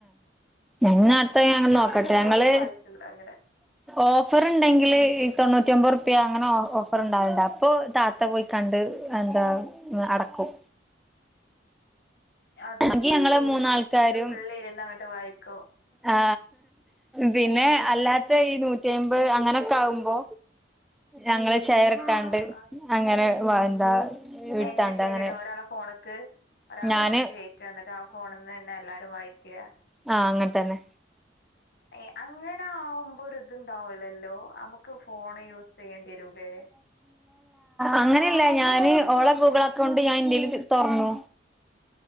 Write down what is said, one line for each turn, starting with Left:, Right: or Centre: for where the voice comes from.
Centre: ഇന്ന് അട്ത്തെ ഞാനെന്ന്
Left: ഞാനൊക്കെ
Centre: നോക്കട്ടെ
Left: എത്രയോ
Centre: ഞങ്ങള്
Left: വായിച്ചിട്ടുണ്ട് അങ്ങനെ
Centre: ഓഫർ ണ്ടെങ്കില് ഈ തൊണ്ണൂറ്റി ഒമ്പർ പ്യ അങ്ങനെ ഓഫർ ഇണ്ടാവൽണ്ട് അപ്പൊ താത്ത പോയി കണ്ട് എന്താ അടക്കും
Left: അത്
Centre: എങ്കി
Left: ശരി
Centre: ഞങ്ങള് മൂന്നാൾക്കാരും
Left: ന്നട്ട് ഫുള് ഇരുന്ന് ങ്ങട്ട് വായിക്കും
Centre: ആ പിന്നെ അല്ലാത്ത ഈ നൂറ്റി അയ്മ്പ് അങ്ങനൊക്കെ ആവുമ്പോ
Left: <inaudible>
Centre: ഞങ്ങള് ഷെയറ്
Left: ആ
Centre: ട്ടാണ്ട്
Left: ആ.
Centre: അങ്ങനെ വാ എന്താ ഇട്ടാണ്ട്
Left: എങ്ങനെ ഷെയറിടും
Centre: അങ്ങനെ
Left: ഒരാളെ ഫോണ്ക്ക് ഒരാളെ
Centre: ഞാന്
Left: ഫോണ്ക്ക് കേറ്റാ ഇന്നട്ട് ആ ഫോണ്ന്ന് തന്നെ എല്ലാരും വായിക്കാ
Centre: ആ അങ്ങട്ടെ ന്നെ
Left: <inaudible> ഏ അങ്ങനെ ആവുമ്പോ ഒര് ത്ണ്ടാവൂലല്ലോ നമുക്ക് ഫോൺ യൂസ് ചെയ്യണ്ടിരൂല്ലേ
Centre: അങ്ങനെല്ല ഞാന് ഓള ഗൂഗിൾ അക്കൗണ്ട് ഞാൻ ഇന്റെല് തൊർന്നു